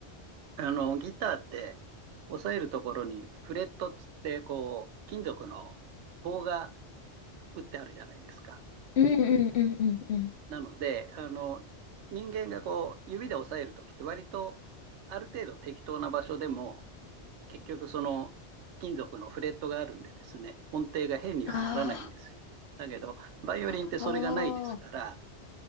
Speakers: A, on the right (about 80°); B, on the left (about 70°).
A: あの、ギターって、押さえるところにフレットっつって、こう、金属の棒が打ってあるじゃないですか。
B: うんうんうんうんうん。
A: なので、あの、人間がこう、指で押さえるときって割と、ある程度適当な場所でも、結局その、金属のフレットがあるんでですね、音程が変にはならないんですよ。
B: あ
A: だけど、バイオリンってそれがないですから、
B: あ、ああ、